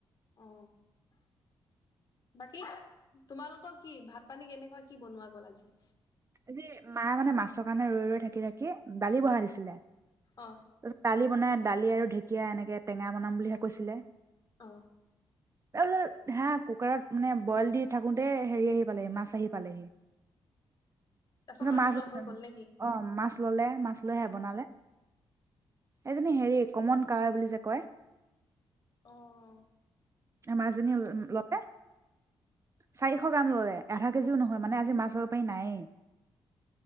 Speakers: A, on the left; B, on the right.
A: অ বাকী তোমালোকৰ কি ভাত পানী কেনেকুৱা কি বনোৱা গল আজি
B: আজি মায়ে মানে মাছৰ কাৰণে ৰৈ ৰৈ থাকি থাকি দালি বহাই দিছিলে
A: অ
B: ত তালি বনাই দালি আৰু ঢেকীয়া এনেকে টেঙা বনাম বুলিহে কৈছিলে
A: অ
B: তাৰপিছত হা কুকাৰত মানে বইল দি থাকোতে হেৰি আহি পালেহি মাছ আহি পালেহি।
A: তাৰপিছত
B: তাৰত
A: মাছ
B: মাছ
A: লোৱা হৈ গ'ল নেকি?
B: অ মাছ ললে মাছ লৈহে বনালে। এজনী হেৰি কমন কাৱৈ বুলি যে কয়।
A: অহ,
B: আমাৰজনী ললে। চাৰিশ গ্ৰাম ললে আধা কেজিও নহয় মানে আজি মাছৰ বেপাৰী নায়েই।